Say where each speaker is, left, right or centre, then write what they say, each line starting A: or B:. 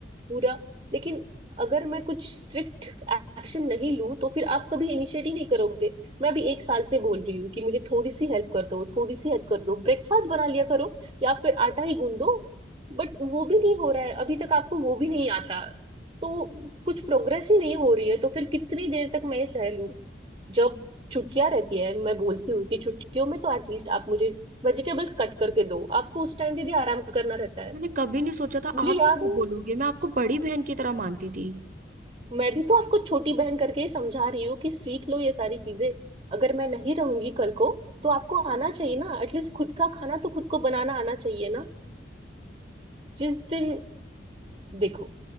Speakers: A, on the right (about 30°); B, on the right (about 45°).
A: पूरा लेकिन अगर मैं कुछ स्ट्रिक्ट एक्शन नहीं लूँ तो फिर आप कभी इनिशिएट ही नहीं करोगे मैं अभी एक साल से बोल रही हूँ कि मुझे थोड़ी सी हेल्प कर दो थोड़ी सी हेल्प कर दो ब्रेकफास्ट बना लिया करो या फिर आटा ही गूंद दो बट वो भी नहीं हो रहा है अभी तक आपको वो भी नहीं आता तो कुछ प्रोग्रेस ही नहीं हो रही है तो फिर कितनी देर तक मैं ये सह लूं जब छुट्टियां रहती है मैं बोलती हूँ कि छुट्टियों में तो एटलीस्ट आप मुझे वेजिटेबल्स कट करके दो आपको उस टाइम पे भी आराम करना रहता है
B: मैंने कभी नहीं सोचा था
A: मुझे
B: आप
A: याद
B: ऐसे
A: है
B: बोलोगे मैं आपको बड़ी बहन की तरह मानती थी
A: मैं भी तो आपको छोटी बहन करके ही समझा रही हूँ कि सीख लो ये सारी चीजें अगर मैं नहीं रहूंगी कल को तो आपको आना चाहिए ना एटलीस्ट खुद का खाना तो खुद को बनाना आना चाहिए ना जिस दिन देखो